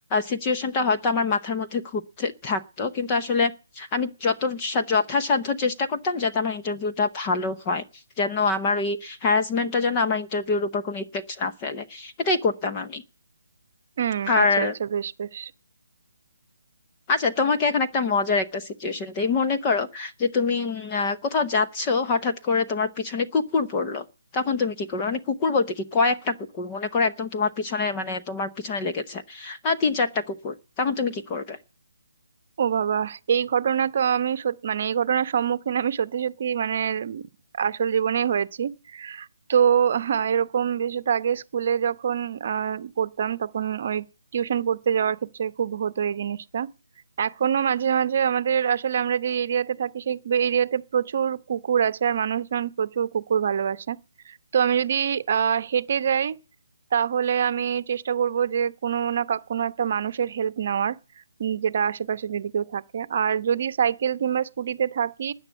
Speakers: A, on the left; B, on the right.
A: সিচুয়েশনটা হয়তো আমার মাথার মধ্যে ঘুরতে থাকতো কিন্তু আসলে আমি যত সা- যথাসাধ্য চেষ্টা করতাম যাতে আমার ইন্টারভিউটা ভালো হয় যেন আমার ওই হ্যারাসমেন্টটা যেন আমার ইন্টারভিউর উপর কোনো ইফেক্ট না ফেলে এটাই করতাম আমি
B: হুম
A: আর
B: আচ্ছা আচ্ছা বেশ বেশ
A: আচ্ছা তোমাকে এখন একটা মজার একটা সিচুয়েশন দেই মনে করো যে তুমি উম, আহ, কোথাও যাচ্ছো হঠাৎ করে তোমার পিছনে কুকুর পড়লো তখন তুমি কি করবে মানে কুকুর বলতে কি কয়েকটা কুকুর মনে করো একদম তোমার পিছনে মানে তোমার পিছনে লেগেছে আহ, তিন চারটা কুকুর তখন তুমি কি করবে
B: ও বাবা এই ঘটনা তো আমি সত- মানে এই ঘটনার সম্মুখীন আমি সত্যি সত্যি মানে আসল জীবনেই হয়েছি তো <laughs> হ্যাঁ, এরকম বিশেষত আগে স্কুলে যখন আহ, পড়তাম তখন ওই টিউশন পড়তে যাওয়ার ক্ষেত্রে খুব হতো এই জিনিসটা এখনো মাঝে মাঝে আমাদের আসলে আমরা যে এরিয়াতে থাকি সেই এরিয়াতে প্রচুর কুকুর আছে আর মানুষজন প্রচুর কুকুর ভালোবাসে তো আমি যদি আহ হেঁটে যাই তাহলে আমি চেষ্টা করব যে কোনো না কা- কোনো একটা মানুষের হেল্প নেওয়ার উম, যেটা আশেপাশে যদি কেউ থাকে আর যদি সাইকেল কিংবা স্কুটিতে থাকি